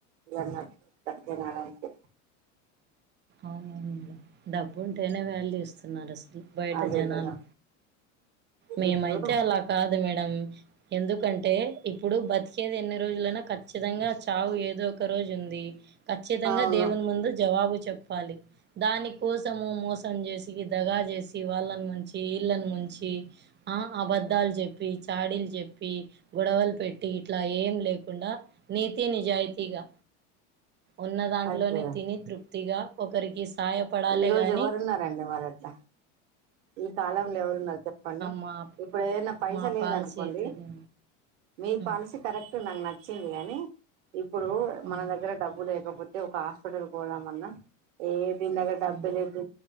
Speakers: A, on the right (about 80°); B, on the right (about 30°).
A: ఇన్నట్ ఉంటది తినాలంటే
B: అవునండి డబ్బు ఉంటేనే వ్యాల్యూ ఇస్తున్నారు అసలు బయట
A: అదే
B: జనాలు
A: కదా
B: మేమైతే
A: ఇప్పుడు
B: అలా కాదు మేడం ఎందుకంటే ఇప్పుడు బతికేది ఎన్ని రోజులైనా ఖచ్చితంగా చావు ఏదో ఒక రోజు ఉంది ఖచ్చితంగా
A: అవును
B: దేవుని ముందు జవాబు చెప్పాలి దాని కోసము మోసం చేసి దగా చేసి వాళ్ళని ముంచి వీళ్ళని ముంచి ఆ అబద్దాలు చెప్పి చాడీలు చెప్పి గొడవలు పెట్టి ఇట్లా ఏం లేకుండా నీతి నిజాయితిగా ఉన్న దాంట్లోనే
A: అదే కదా
B: తిని తృప్తిగా ఒకరికిస్త సాయపడాలి
A: ఈ రోజు
B: కానీ
A: ఎవరున్నారండి మరి అట్లా ఈ కాలంలో ఎవరున్నారు చెప్పండి
B: మా
A: ఇప్పుడు ఏదైనా పైస
B: మా
A: లేదనుకోండి
B: పాలసీ అయితే అదే.
A: మీ
B: హ్మ్.
A: పాలసీ కరెక్ట్ నాకు నచ్చింది కానీ ఇప్పుడు
B: హ్మ్.
A: మన దగ్గర డబ్బు లేకపోతే ఒక హాస్పిటల్ పోదాం అన్నా ఏ దీని దగ్గర డబ్బే
B: హ్మ్.
A: లేదు